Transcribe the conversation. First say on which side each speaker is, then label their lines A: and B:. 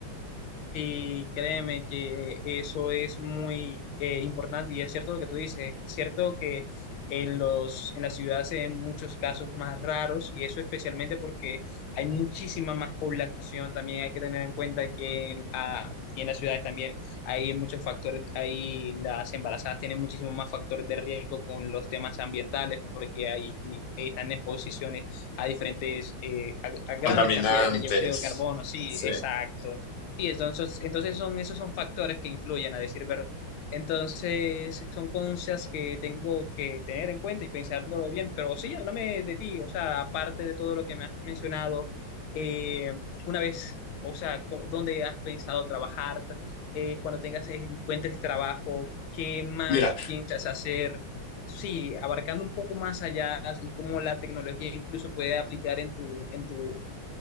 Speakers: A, on the left; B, on the left.
A: Y créeme que eso es muy eh, importante y es cierto lo que tú dices, es cierto que en los, en la ciudad se ven muchos casos más raros y eso especialmente porque hay muchísima más población, también hay que tener en cuenta que en, ah, y en las ciudades también hay muchos factores, ahí las embarazadas tienen muchísimos más factores de riesgo con los temas ambientales porque ahí están en exposiciones a diferentes, eh, a, a grandes
B: Contaminantes.
A: cantidades de dióxido de carbono, sí,
B: Sí.
A: exacto. Sí, entonces, entonces son, esos son factores que influyen, a decir verdad. Entonces, son cosas que tengo que tener en cuenta y pensándolo bien. Pero sí, háblame de ti, o sea, aparte de todo lo que me has mencionado, eh, una vez, o sea, co- ¿dónde has pensado trabajar? Eh, cuando tengas, encuentres trabajo, ¿qué más
B: Mira.
A: piensas hacer? Sí, abarcando un poco más allá y cómo la tecnología incluso puede aplicar en tu, en tu